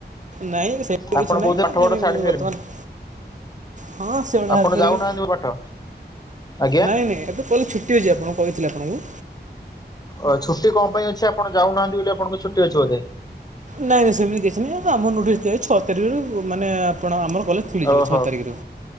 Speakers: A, on the right (about 45°); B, on the left (about 20°).
A: ନାଇଁ ସେମିତି
B: ଆପଣ
A: କିଛି ନାଇଁ
B: ବୋଧେ ପାଠ
A: ଆମେ
B: ପଢା ଛାଡି ସାରିଲେଣି।
A: ବର୍ତ୍ତମାନ ହଁ ସେଭଳିଆ
B: ଆପଣ
A: ହେଲ୍ପ କରିବେ।
B: ଯାଉନାହାନ୍ତି ଯୋଉ ବାଟ, ଆ
A: ନାଇଁ ନାଇଁ ଏବେ କଇଲେ ଛୁଟି ଅଛି, ଆପଣଙ୍କୁ କହିଥିଲି ଆପଣଙ୍କୁ।
B: ଓ ଛୁଟି କଁ ପାଇଁ ଅଛି, ଆପଣ ଯାଉନାହାନ୍ତି ବୋଲି ଆପଣଙ୍କ ଛୁଟି ଅଛି ବୋଧେ?
A: ନାଇଁ ନାଇଁ ସେମିତି କିଛି ନାଇଁ, ଆମ ନୋଟିସ୍ ଦିଆହେଇଚ଼ି ଛଅ ତାରିଖରୁ ମାନେ ଆପଣ ଆମର କଲେଜ ଖୁଲିଯିବ
B: ଓହୋ
A: ଛଅ ତାରିଖରୁ।